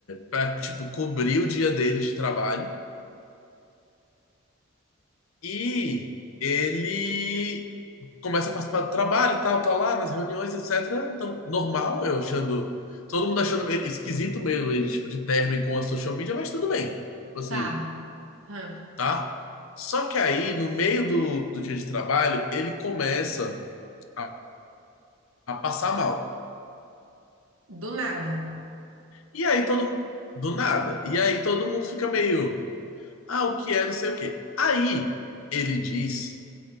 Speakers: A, on the left; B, on the right.
A: pra, tipo, cobrir o dia dele de trabalho. E ele começa a participar do trabalho e tal, tá lá nas reuniões, etc. Então, normal, eu achando. Todo mundo achando meio esquisito meio ele, tipo, de terno e com a social media, mas tudo bem. Tipo assim,
B: tá, hã,
A: tá? Só que aí, no meio do, do dia de trabalho, ele começa a, a passar mal.
B: do nada.
A: E aí todo. Do nada. E aí todo mundo fica meio. Ah, o que é, não sei o quê. Aí ele diz